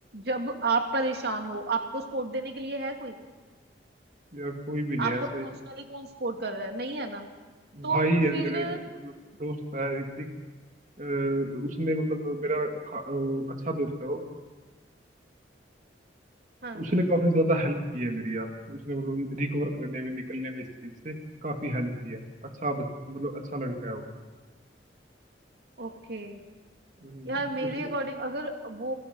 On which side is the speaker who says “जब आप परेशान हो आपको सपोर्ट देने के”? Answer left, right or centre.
Right